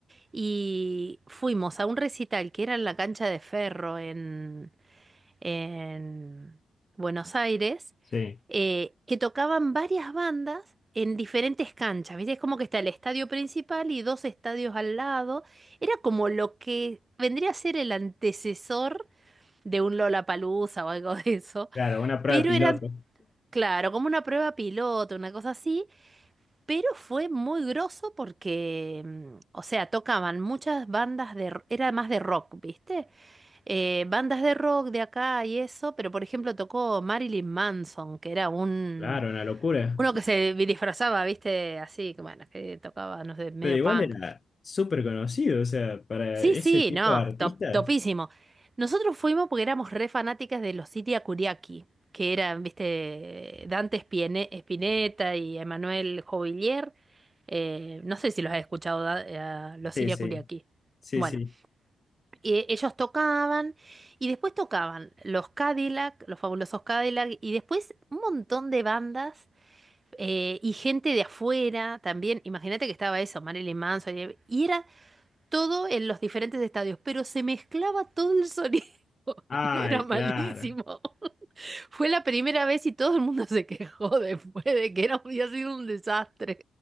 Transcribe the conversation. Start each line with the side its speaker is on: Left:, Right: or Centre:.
Right: Y fuimos a un recital que era en la cancha de Ferro en, en Buenos Aires,
Left: Sí,
Right: eh, que tocaban varias bandas en diferentes canchas. ¿Viste? Es como que está el estadio principal y dos estadios al lado. Era como lo que vendría a ser el antecesor de un Lollapalooza o algo de eso.
Left: claro, una prueba
Right: Pero
Left: de piloto.
Right: eran, claro, como una prueba piloto, una cosa así. Pero fue muy groso porque, mm, o sea, tocaban muchas bandas de... r- Era más de rock, ¿viste? Eh, bandas de rock de acá y eso, pero por ejemplo tocó Marilyn Manson, que era un...
Left: Claro, una locura.
Right: Uno que se disfrazaba, ¿viste? Así, que bueno, que tocaba, no sé, medio
Left: Pero igual
Right: punk.
Left: era súper conocido, o sea, para
Right: Sí,
Left: ese
Right: sí,
Left: tipo
Right: no,
Left: de artistas.
Right: top, topísimo. Nosotros fuimos porque éramos re fanáticas de los Siria Curiaki, que eran, viste, Dante Spiene- Spinetta y Emanuel Jovillier. Eh, no sé si los has escuchado, da- eh, a los
Left: Sí,
Right: Siria
Left: sí,
Right: Curiaki.
Left: sí,
Right: Bueno,
Left: sí.
Right: y ellos tocaban y después tocaban los Cadillac, los fabulosos Cadillac, y después un montón de bandas eh, y gente de afuera también. Imagínate que estaba eso, Marilyn Manson, y, y era todo en los diferentes estadios, pero se mezclaba todo el sonido. <laughs>
Left: Ay,
Right: Era malísimo.
Left: claro.
Right: Fue la primera vez y todo el mundo se quejó después de que era, había sido un desastre.